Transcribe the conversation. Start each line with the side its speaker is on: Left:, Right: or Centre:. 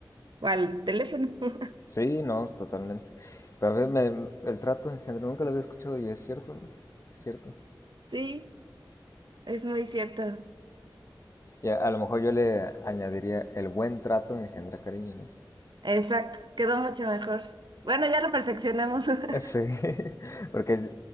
Right: o al teléfono. <laughs>
Left: Sí, no, totalmente. Pero a veces me- el trato engendra nunca lo había escuchado y es cierto, ¿no? Es cierto.
Right: Sí, es muy cierto.
Left: Y a, a lo mejor yo le añadiría el buen trato engendra cariño, ¿no?
Right: Exacto, quedó mucho mejor. Bueno, ya lo perfeccionamos. <laughs>
Left: Sí, <laughs> porque